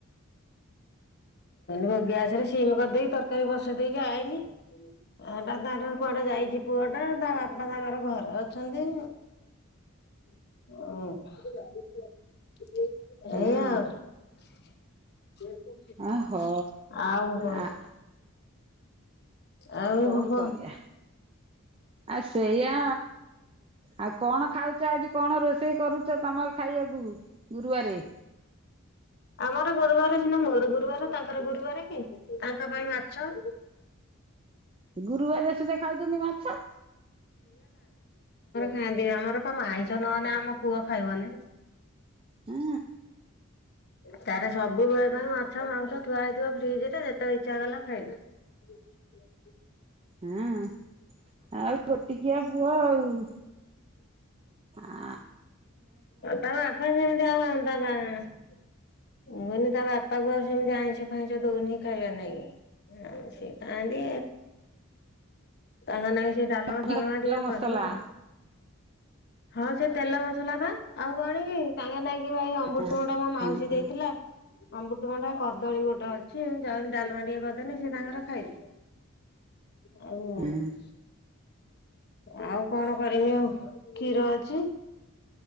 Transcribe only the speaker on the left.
ଓ ଗ୍ୟାସରେ ସିମ କରିଦେଇକି, ତରକାରୀ ବସେଇ ଦେଇକି ଆଇନି। ଅଣ୍ଡା ତା <unintelligible> କୁଆଡେ ଯାଇଛି? ପୁଅ ଟା ତା ବାପା ତାଙ୍କର ଘରେ ଅଛନ୍ତି ହଁ ଏଇ
ଆଉ।
ଆଉ କଣ
ଆଉ
ହଁ
ଆମର, ଗୁରୁବାରସିନା ମୋର, ଗୁରୁବାର, ତାଙ୍କର ଗୁରୁବାର କି? ତାଙ୍କ ପାଇଁ ମାଛ।
ହନ୍ତିି <unintelligible> ଆମର ବା ମାଇଁଛ ନନ ଆମ ପୁଅ ଖାଇବନି।
ତାର ସବୁବେଳେ ପାଇଁ ମାଛ, ମାଉଁସ ଥୁଆ ହେଇଥିବା ଫ୍ରିଜ ରେ, ଯେତେବେଳେ ଇଛା କଲା ଖାଇଲା। ହ <unintelligible>
ତମ ଆସ ସେମିତି ଆଉତା ବା <unintelligible> ମୁଁ କହିନି -ତା ବାପା କୁ ଆଉ ସେମିତି ଆଇଁଷ ଫାଇଁସ ଦଉନିଁ ଖାଇବା ପାଇଁ। ହଁ ସେ ଖାଆନ୍ତି। ତାଙ୍କ ନାଇ ସେ ଡାଲମା
ଫାଲମା ଟିକେ
କରିନି ଆଉ, ହଁ ସେ ତେଲ। ଲା ବା ଆଉ କଣ <unintelligible> ତାଙ୍କର ନାଇଁକ ଅମୃତଭଣ୍ଡା
ମୋ ମାଉସୀ
ଦେଇଥିଲା ଅମୃତଭଣ୍ଡା କଦଳୀ ଗୋଟେ ଅଛି, ଯାଉଛି ଡାଲମା ଟିକେ କରିଦେନି ସେ ତାଙ୍କର ଖାଇଲେ। ହ <unintelligible>
ଆଉ କଣ କରିମି କ୍ଷୀର ଅଛି।